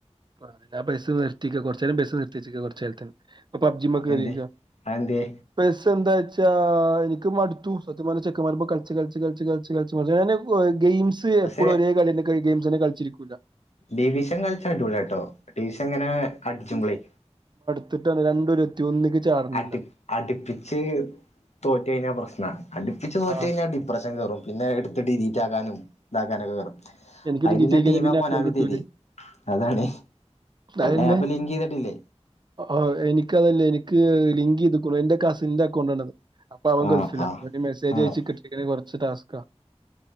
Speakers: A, on the right (about 40°); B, on the left (about 75°).
A: അല്ലാ പൈസ നഷ്ട തിക കുറച്ച് നേരം ബസ്- ഉച്ചക്ക് കൊച്ച് കാലത്തിന് പബ്ജിമോകേറിക്കാണ്
B: എന്തെ അതെന്തേ
A: പൈസ എന്താച്ച എന്താഎനിക്ക് മടുത്തു സത്യം ചെക്ൻമാരേപ്പംകളിച്ച് കളിച്ച് കളിച്ച് കളിച്ച് മട് ഗെയിംസ്
B: പക്ഷെ
A: എപ്പോഴും ഒരേ കളി കഴി ഗെയിമ്സിനെ കളിച്ചിരിക്കൂല്ല
B: ഡിവിഷൻ കളിച്ചാൽ അടി പൊളിയാട്ടൊ ടോ തിരിച് അങ്ങനെ അടിച്ചുമ്പോളെ
A: എന്നിട്ട്‌ രണ്ടു ഒരു എത്തിയോ ഒന്നിക്ക് ചാടണില്ല
B: അടുപി അടുപ്പിച്ച് തോറ്റ് കഴിഞ്ഞാൽ പ്രശ്നം ആ അടുപ്പിച്ച് തോറ്റ്
A: ആഹ്
B: കഴിഞ്ഞാൽ ഡിപ്രഷൻ കയറും അത് എല്ലാ <unintelligible> ഇപ്പോ ഡിലിറ്റാക്കാനും ഇതാക്കാനൊക്കെ കേറും
A: എനിക്കിത്
B: അയിന്ള്ള
A: കീട്ടക്ക
B: ടീമാ
A: പിന്നെ
B: കൊനാമി
A: കൊണ്ടിട്ടല്ലേ
B: തരേ അതാണ്
A: അന്നെ
B: ഏ അപ്പൊ ലിങ്ക് ചെയ്തിട്ടില്ലേ
A: ആ എനിക്കതല്ലേ എനിക്ക് എനിക്ക് ലിങ്ക്ചെയ്തേക്കുന്നു എന്റെ കസ്സിന്റെ അക്കൗണ്ട് ആണത് അപ്പൊ അവൻ
B: ആഹ്
A: ഗൾഫില്ല
B: ആഹ്
A: അവ മെസേജ്
B: ആഹ്
A: അയച്ചച്ച് കിട്ടി കുറച്ച് ടാസ്ക് ക്ക